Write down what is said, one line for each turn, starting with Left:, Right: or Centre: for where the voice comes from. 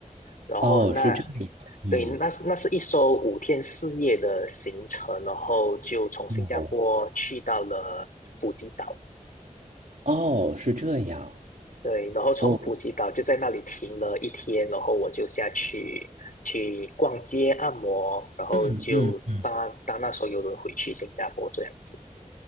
Left: 然后那
Right: 哦，是这样。嗯，
Left: 对，那是那是一艘五天四夜的行程，然后就从新加坡去到了普吉岛，
Right: 哦哦，是这样。
Left: 对，然后从普吉岛就在那里停了一天，
Right: 哦，
Left: 然后我就下去去逛街、按摩，然后就搭搭那艘游轮回去新加坡这样子。
Right: 嗯嗯嗯，